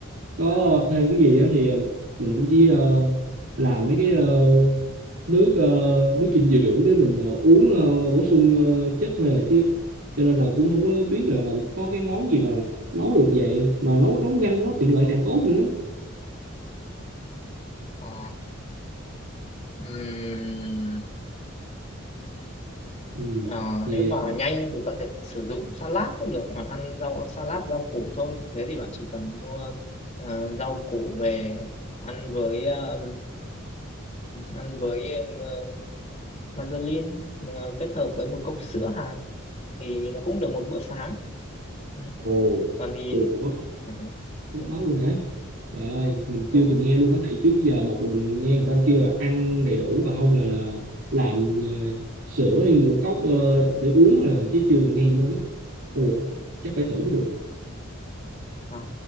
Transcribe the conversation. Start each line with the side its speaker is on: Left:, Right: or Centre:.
Right: có thêm cái gì á thì ờ, mình cũng chỉ ờ, làm mấy cái ờ, nước ờ, nước dinh dưỡng để mình ờ, uống ờ, bổ sung ờ, chất thôi à chứ cho nên là cũng không có biết là, là có cái món gì mà nấu được vậy mà nấu nấu nhanh nó tiện lợi càng tốt nữa
Left: Ờ, ừm,
Right: ừ.
Left: ờ,
Right: thì
Left: nếu mà nhanh thì có thể sử dụng salad cũng được bạn ăn rau salad rau củ thôi thực tế thì bạn chỉ cần mua ờ, rau củ về ăn với ờ, ăn với ờ, Mazerlin ờ, kết hợp với một cốc
Right: ừ,
Left: sữa hạt thì nó cũng được một bữa sáng ừ.
Right: ồ
Left: còn thì
Right: ồ có
Left: ừ,
Right: cái đó luôn hả trời ơi mình
Left: đúng
Right: chưa từng
Left: rồi
Right: nghe luôn á tại trước giờ một là mình nghe người ta kêu là ăn đầy đủ và không là, là làm ờ, sữa hay ngũ cốc ờ, để uống là chứ chưa từng nghe luôn á ồ chắc phải
Left: Ờ,
Right: thử mới được
Left: ờ,